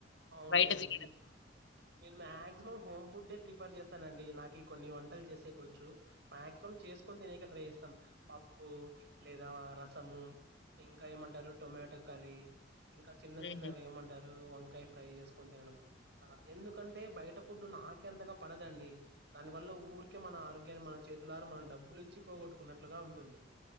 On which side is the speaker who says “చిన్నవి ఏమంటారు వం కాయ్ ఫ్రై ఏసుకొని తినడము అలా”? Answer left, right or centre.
Right